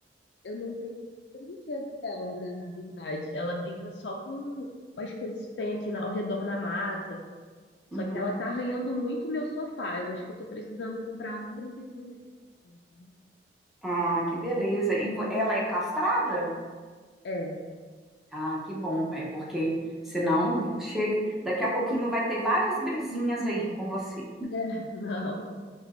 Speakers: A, on the left; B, in the centre.
A: eu não tenho um brinquedo dela, né? Na verdade, ela brinca só com as coisas que tem aqui na- ao redor na mata.
B: Uhum.
A: Só que ela tá arranhando muito o meu sofá. Eu acho que eu tô precisando comprar algum brinquedinho mesmo. pra ela, sabe?
B: Ah, que beleza. E vo- ela é castrada?
A: É,
B: Ah, que bom, é porque senão chega, daqui a pouquinho vai ter várias brisinhas aí com você.
A: é, <laughs> não.